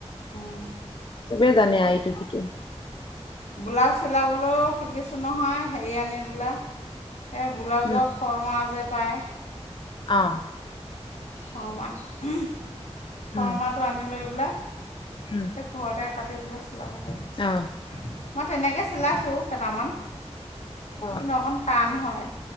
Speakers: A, on the left (about 90°); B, on the left (about 50°).
A: উম।
B: চবে জানে আৰু ইটো সিটো
A: ব্লাউজ চিলাবলৈও শিকিছোঁ নহয় হেৰি আনি বোলে সেই ব্লাউজৰ
B: উম,
A: ফৰ মাহ যে পায়
B: অ
A: শা খৰ্মাহটো
B: উম,
A: আনি লৈ পেলাই সেই
B: উম,
A: ঘৰতে কাটি পেলাই চিলাব পাৰি
B: অ
A: মই তেনেকে চিলাইছোঁ কেইটামান
B: অ',
A: কিন্তু অকণ টান হয়